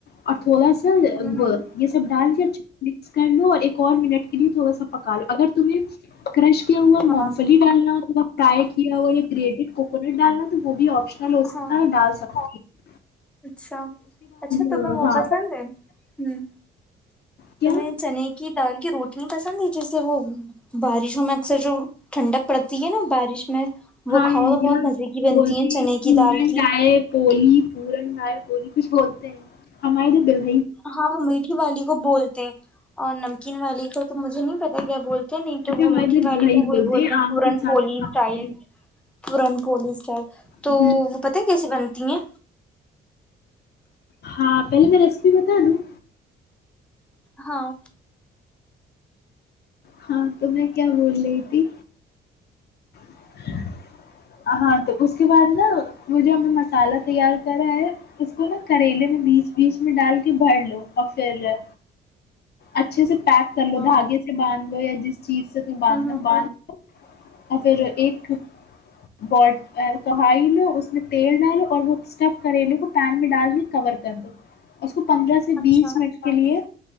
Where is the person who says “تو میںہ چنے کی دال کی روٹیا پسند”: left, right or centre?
Centre